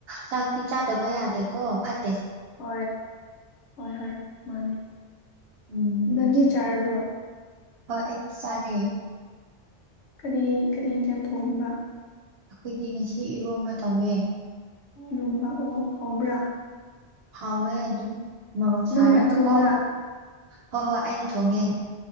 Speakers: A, on the right; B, on the left.
A: ꯆꯥꯛꯇꯤ ꯆꯥꯗꯕ ꯌꯥꯗꯦꯀꯣ ꯐꯥꯠ
B: ꯍꯣꯏ ꯍꯣꯏ ꯍꯣꯏ ꯃꯥꯅꯦ
A: ꯎꯝ
B: ꯅꯪꯗꯤ ꯆꯥꯔꯕ꯭ꯔꯣ
A: ꯍꯣꯏ ꯑꯩꯁꯥꯔꯦ
B: ꯀꯔꯤ ꯀꯔꯤ ꯌꯦꯟꯖꯥꯡ ꯊꯣꯡꯕ
A: ꯑꯩꯈꯣꯏꯗꯤ ꯉꯁꯤ ꯏꯔꯣꯝꯕ ꯇꯧꯋꯦ
B: ꯔꯝꯕꯥ ꯑꯣ ꯍꯕ꯭ꯔꯥ
A: ꯍꯥꯎꯋꯦ ꯑꯗꯨꯝ ꯃꯣꯔꯣꯛ ꯁꯥꯔꯒ
B: ꯅꯪꯅ ꯊꯣꯡꯕ꯭ꯔꯥ
A: ꯀꯣ ꯍꯣꯏ ꯍꯣꯏ ꯑꯩꯅ ꯊꯣꯡꯉꯦ